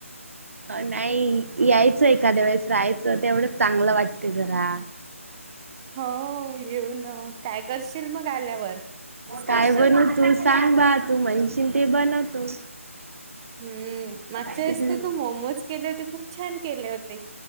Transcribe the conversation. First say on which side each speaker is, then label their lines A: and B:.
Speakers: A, on the right (about 65°); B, on the right (about 20°).
A: नाही यायचं एखाद्या वेळेस राहायचं ते एवढं चांगलं वाटत तेजरा
B: हो येऊन काय करशील मग आल्यावर स्पेशल
A: काय बनवतू सांग ब तू म्हैशीन ते बनवतो
B: हम्म मगच्या
A: हम्म,
B: वस्ते तू मोमोज केले होते खूप छान केले होते